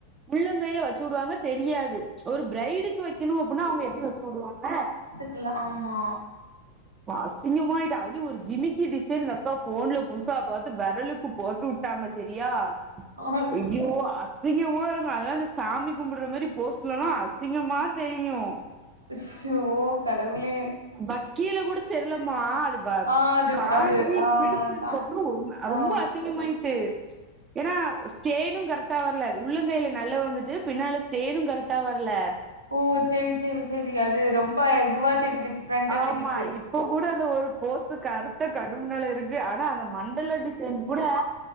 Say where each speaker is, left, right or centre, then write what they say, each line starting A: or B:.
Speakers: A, on the right; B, on the right.
A: உள்ளங்கைல வச்சு வுடுவாங்க தெரியாது ஒரு பிரைடுக்கு வைக்கணு அப்டினா அவங்க எப்டி வச்சு வுடுவாங்க
B: க்ல்ல ஆமா
A: அசிங்கமாயிட்டு அது ஒரு ஜிமிக்கி டிசைன் அக்கா ஃபோன்ல புதுசா பாத்து வெரலுக்கு போட்டு வுட் டாங்க செரியா
B: அ
A: ஐய்யோ அசி அசிங்கமா இருக்கூ அதெல்லா இந்த சாமி கும்பிட்ற மேரி போஸ்லல்லா அசிங்கமா தெரியு
B: அஸ்ஷோ கடவுளே
A: வக்கீலக் கூட தெர்லமா அது வ
B: ஆ அது
A: காஞ்சி
B: அது ஆ
A: பிடிச்சதுக்கு
B: தா
A: அப்புறொ ரொம்
B: தா
A: ரொம்ப அசிங்கமாயிட்டு ஏனா ஸ்டேனு கரெக்டா வர்ல உள்ளங்கைல நல்ல வந்துட்டு பின்னால ஸ்டேனும் கரெக்ட்டா வரல
B: ஓ செரி செரி செரி அது ரொம்ப இதுவா தெரியுது டிஃப்ரெண்டா
A: ஆமா
B: தெரியுது
A: இப்போ கூட அந்த ஒரு போசு கரெக்ட்டா கண்ணு முன்னால இருக்கு ஆனா அந்த மண்டல டிசைன் கூட